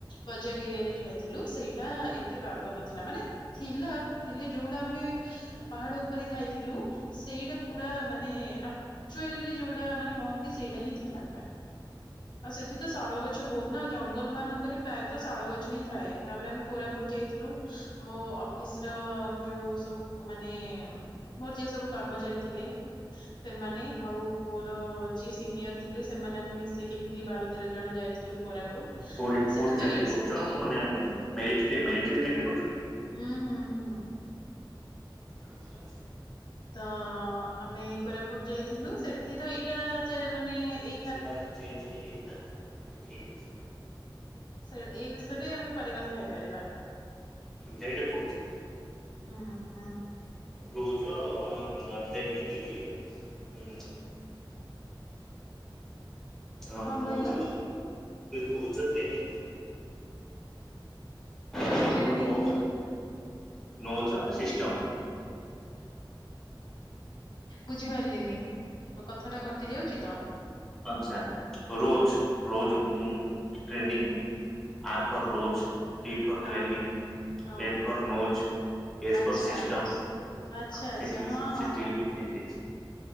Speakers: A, on the left (about 60°); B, in the centre.
A: ବଜାର ଏରିଆ ରେ ଖାଇଥିଲୁ ସେଇଟା ଏତେ ବାଗ ନଥିଲା। ମାନେ ଥିଲା ହେଲେ ଯୋଉଟା ଆମେ ପାହାଡ ଉପରେ ଖାଇଥିଲୁ ସେଇଟା ପୁରା ମାନେ ଆଚୁଆଲିରେ ଯୋଉଟା ମାନେ କହନ୍ତି ସେଇଟା ହିଁ ଥିଲା ପୁରା। ଆଉ ସେଠି ତ ଶାଳ ଗଛ ବହୁତ ନା ଆଉ ଜଙ୍ଗଲ ମାନଙ୍କରେ ପ୍ରାୟତଃ ଶାଳ ଗଛ ହିଁ ଥାଏ। ତାପରେ ଆମେ କୋରାପୁଟ ଯାଇଥିଲୁ। ମୋ ଅଫିସର ଯୋଉ ସବୁମାନେ ମୋର ଯିଏ ସବୁ କର୍ମଚାରୀ ଥିଲେ ସେମାନେ ଆଉ ମୋର ଯିଏ ସିନିୟର ଥିଲେ ସେମାନେ ଆମେ ମିଶୀକି ଏମିତି ବାର ତେର ଜଣ ଯାଇଥିଲୁ କୋରାପୁଟ।
B: କୋଉଠି
A: ଆଉ
B: କୋଉଠି
A: ସେଠି ତ
B: ଚାକିରି
A: ଏଇଠି
B: କରୁଛ ମାନେ ମେରିଟରେ ମେରିଟରେ ଚାକିରି କରୁଚ କି?
A: ହୁଁ ହୁଁ ହୁଁ।
B: ଆଚ୍ଛା ଆଚ୍ଛା।
A: ତ ଆମେ କୋରାପୁଟ ଯାଇଥିଲୁ ସେଠି ତ ଏଇଟା ଚେ ମାନେ ଏ
B: ଟା ଚେଞ୍ଜେ ହେଇ ଯାଇଚିନା ବିକ୍ରି ହେଇଯାଇଛି।
A: ସେ ଏଇ ବିଷୟରେ ଆମେ ପର କଥା ହେଇପାରିବା।
B: ଯାଇକିଟା କହୁଛି।
A: ହଁ ହଁ।
B: ରୋଜ ଟ୍ରେନିଙ୍ଗ ଉଁ ହଁ
A: କଣ
B: ରୋଜ
A: କହିଲ
B: ରୋଜ trainee
A: rose
B: N
A: training
B: for nose nose system.
A: ବୁଝିପାରିଲିନି ମୋ କଥା ଟା କଟି ଯାଉଛି ତ।
B: ଆଛା ରୋଜ ରୋଜ ମୁ training R for rose T for
A: ହଁ
B: ଟ୍ରେନିଂ
A: ହଁ
B: ନ୍ ଫର୍ ନୋଜ। ଏସ
A: ଆଚ୍ଛା
B: ଫର ସିଷ୍ଟମ୍
A: ଆଚ୍ଛା ଆଚ୍ଛା
B: ସେଠିକି
A: ହଁ ହଁ
B: ସେଠିକି ବିକ୍ରି ହେଇଯାଇଛି।